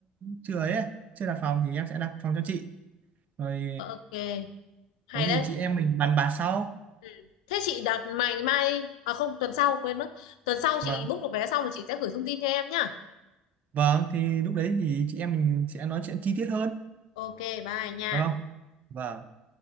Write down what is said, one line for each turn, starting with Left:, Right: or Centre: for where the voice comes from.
Right: chưa ấy ấy, chưa đặt phòng thì em sẽ đặt phòng cho chị rồi
Left: ok hay
Right: có gì
Left: đấy
Right: chị em mình bàn bạc sau
Left: ừ. thế chị đặt mày mai à không tuần sau quên mất tuần sau
Right: vâng
Left: chị book được vé xong rồi chị sẽ gửi thông tin cho em nhá
Right: vâng thì lúc đấy thì chị em mình sẽ nói chuyện chi tiết hơn
Left: ok bye nha
Right: được không vâng